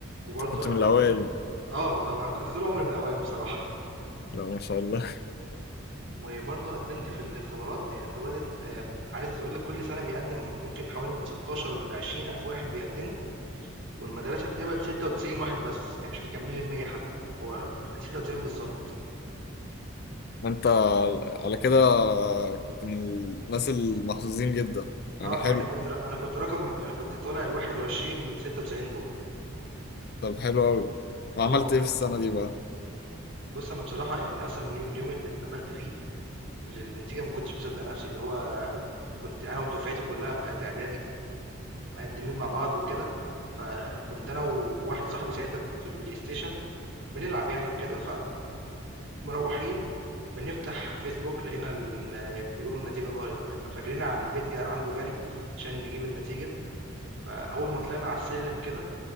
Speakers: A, on the right (about 65°); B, on the left (about 50°).
A: وبرضه
B: كنت
A: قدّمت
B: من الأوائل
A: في آه، طبعًا أنا كنت طول عمري من الأوائل بصراحة.
B: لا ما شاء الله
A: وبرضه قدمت في الاختبارات يعني اختبارات آه، عايز اقول لك كل سنه بيقدم ممكن حوالي من 16 ل 20 الف واحد بيقدموا والمدرسه بتقبل 96 واحد بس يعني مش مكملين ال 100 حتى هو 96 بالظبط
B: <laughs> أنت على كده كنت من الناس المحظوظين جدا يعني
A: اه يعني
B: حلو
A: انا كنت انا كنت رقم انا كنت طالع ال 21 من 96 دول
B: طب حلو أوي وعملت
A: اه ف-
B: إيه في السنة دي بقى؟
A: بص انا بصراحه يعني اصلا اليو- اليوم اللي اتقبلت فيه للنتيجه ما كنتش مصدق نفسي اللي هو كنت انا ودفعتي كلها بتاعت اعدادي مقدمين مع بعض وكده فكنت انا وواحد صاحبي ساعتها في البلاي ستيشن بنلعب يعني وكده فمروّحين بنفتح فيسبوك لقينا ال آه، بيقولوا النتيجة ظهرت وكده، فجرينا على البيت ج عنده جري عشان نجيب النتيجة، فأول ما طلعنا على السلم كده